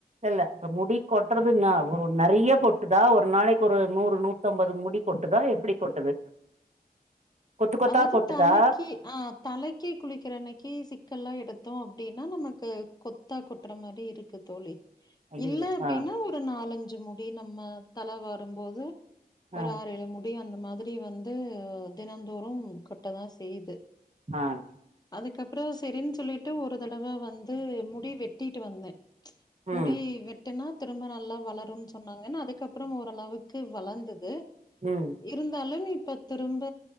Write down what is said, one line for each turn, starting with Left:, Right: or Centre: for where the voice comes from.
Right: இல்ல அப் முடி கொட்டறது நாலோ நெறைய கொட் ட்டுதா ஒரு நாளைக்கொரு நூறு நூத்தம்பது முடி கொட்டுதா எப்டி கொட்டுது கொத்து கொத்தா
Left: அதாவது
Right: கொட்டுதா
Left: தலைக்கு ஆஹ் தலைக்கி குளிக்கிற அன்னைக்கு சிக்கல்லா எடுத்தோ அப்டின் னா நமக்கு கொத்தா கொட்டுற மாரி இருக்கு தோழி
Right: ஐயையோ
Left: இல்ல அப்டின்னா
Right: ஆ
Left: ஒரு நாலஞ்சு முடி டி நம்ம தல வாரும்போது ஒரு
Right: ஆ
Left: ஆறு ஏழு முடி அ ந்த மாரி வந்து தினம் தோறும் கொட்ட தா செய்யுது
Right: ஆஹ்
Left: அதுக்கப்புற சரின்னு சொல்லிட்டு ஒரு தடவ வந்து முடி வெட்டிட்டு வந்தே
Right: ம்
Left: முடி வெட்டனா திரும்ப நல்லா வளரும்ன் சொன்னாங்கன் அதுக்கப்புற ஓரளவுக்கு வளந்தது
Right: ம்
Left: இருந்தாலு இப் ப திரும்ப